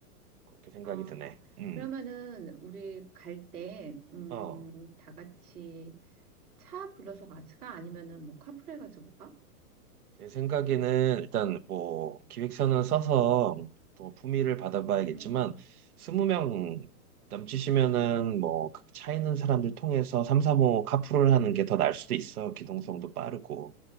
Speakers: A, on the right (about 70°); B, in the centre.
A: 그렇게 생각이
B: 아,
A: 드네 음.
B: 그러면은 우리 갈 때 음,
A: 어.
B: 다 같이 차 불러서 같이 가 아니면은 뭐 카풀해 가지고 가?
A: 내 생각에는 일단 뭐 기획서는 써서 뭐 품위를 받아봐야겠지만
B: 음.
A: 스무 명 넘치시면은 뭐 차 있는 사람들 통해서 3, 4호 카풀을 하는 게 더 나을 수도 있어. 기동성도 빠르고